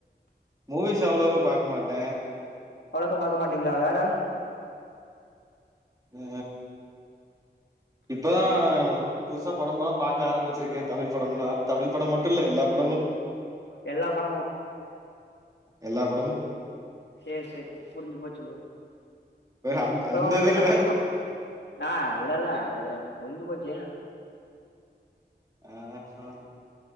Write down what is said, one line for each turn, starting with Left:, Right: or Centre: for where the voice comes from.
Right: மூவிஸ் அவுளோக்கா பாக்க மாட்ட
Left: அவ்ளாக்க பாக்க மாட்டீங்ளா வேற
Right: அ இப்பதா புதுசா படம்பலா பாக்க ஆரமிச்சிருக்கே தமிழ் படமுளா தமிழ் படம் மட்டுல்ல எல்லா படமு
Left: எல்லா படமு
Right: எல்லா படமு
Left: சேர் சேர் புரிஞ்சு போச்சு ப்ரோ
Right: அந்
Left: அப்புறோ
Right: அந்த
Left: உங்ளுக்கு
Right: இது
Left: என்ன
Right: இல்ல
Left: புடிக்கு ஆ இல்ல இல்ல அது புரிஞ்சு போச்சு
Right: ஆ அ படமு